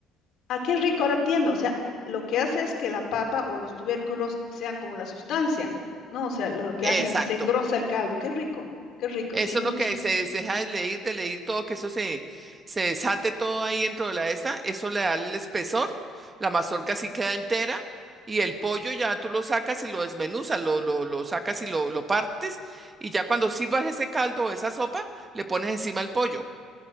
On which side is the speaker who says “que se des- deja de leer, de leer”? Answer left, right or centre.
Right